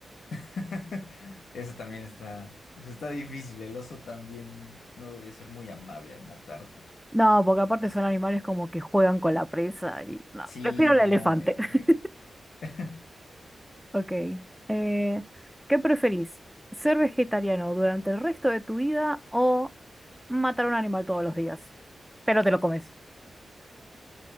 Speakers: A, on the left (about 80°); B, in the centre.
A: <laughs> Eso también está, eso está difícil. El oso también no debe ser muy amable al matarte.
B: No, porque aparte son animales como que juegan con la presa y no,
A: Sí,
B: prefiero el
A: no,
B: elefante.
A: terrible.
B: <laughs>
A: <laughs>
B: Ok. eh, ¿qué preferís? ¿Ser vegetariano durante el resto de tu vida o matar un animal todos los días? Pero te lo comes.